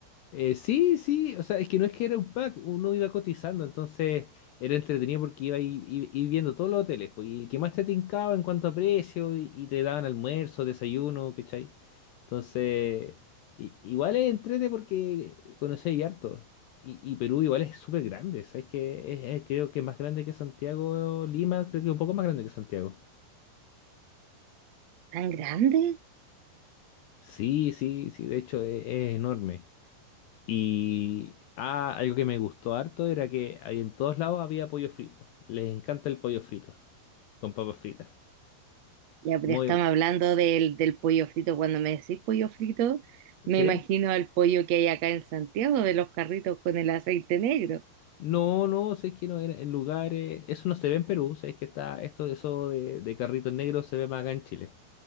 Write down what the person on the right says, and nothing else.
¿Tan grande?
Ya, pero
estamos
hablando del, del pollo frito. Cuando me decís pollo frito,
me imagino al pollo que hay acá en Santiago, de los carritos con el aceite negro.